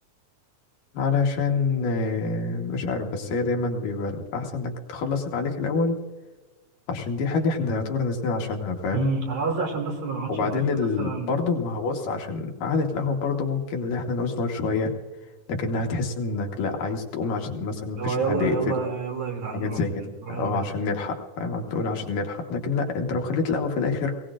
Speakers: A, on the left; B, on the right.
A: علشان آه، مش عارف بس هي دايما بيبقى الأحسن إنك تخلص اللي عليك الأول عشان دي حاجة إحنا يعتبر نازلين عشانها فاهم
B: مم، أنا قصدي عشان بس ما نقعدش
A: وبعدين
B: نلف
A: ال...
B: مثلا
A: برضه ما هبص عشان قعدة القهوة برضه ممكن اللي احنا نعوز نقعد شوية لكن هتحس انك لا عايز تقوم عشان مثلا مفيش
B: هو يلا
A: محل يقفل
B: يلا يلا يا جدعان
A: حاجات
B: نروح
A: زي كده
B: نروح نجيب
A: او عشان
B: الحاجة
A: نلحق فاهم عم تقول
B: مم.
A: عشان نلحق لكن لا انت لو خليت القهوة في الاخر